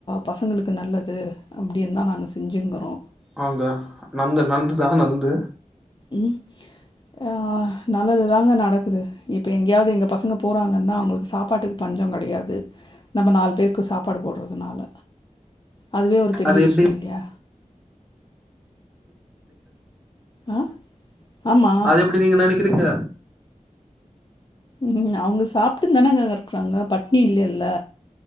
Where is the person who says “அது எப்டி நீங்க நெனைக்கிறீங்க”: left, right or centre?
Centre